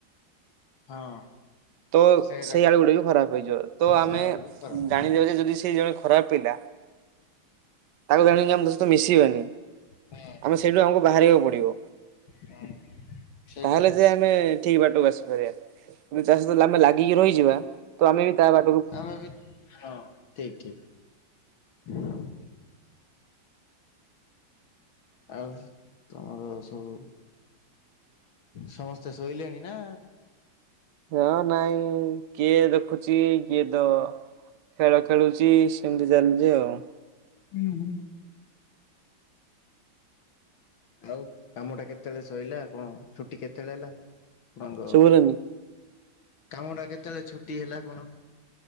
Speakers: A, on the left (about 80°); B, on the right (about 65°).
A: ହଁ।
B: ତ
A: ସେଟା
B: ସେଇ ଆଳୁ ଗୁଡା ବି ଖରାପ ହେଇଯିବ ତ ଆମେ
A: ସେ ଆଳୁ ବି ଖରାପ।
B: ଜାଣିଦେବା ଯେ ଯଦି ସେ ଜଣେ ଖରାପ ପିଲା। ତାକୁ ଜାଣିକି ଆମେ ତା ସହିତ ମିଶିବାନି
A: ହଁ
B: ଆମେ ସେଇଠୁ ଆମକୁ ବାହାରିବାକୁ ପଡିବ।
A: ହଁ ସେଇଠୁ
B: ତାହେଲେ ଯେ ଆମେ ଠିକ ବାଟକୁ ଆସିପାରିବା। ଯାହା ସହିତ ଆମେ ଲାଗିକି ରହିଯିବା ତ ଆମେ ବି ତା ବା
A: ଆମେ ବି ହଁ ଠିକ ଠିକ। ଆଉ ତମର ସବୁ ସମସ୍ତେ ଶୋଇଲେଣି ନା?
B: ହଁ ନାଇଁ କିଏ ଦେଖୁଛି କିଏ ଦ ଖେଳ ଖେଳୁଛି ସେମିତି ଚାଲିଛି ଆଉ।
A: ହୁଁ ହୁଁ। ଆଉ କାମ ଟା କେତେବେଳେ ସଇଲା କଣ ଛୁଟି କେତେବେଳେ ହେଲା ଆଣଙ୍କ
B: ଶୁଭିଲାନି
A: କାମଟା କେତେବେଳେ ଛୁଟି ହେଲା କଣ?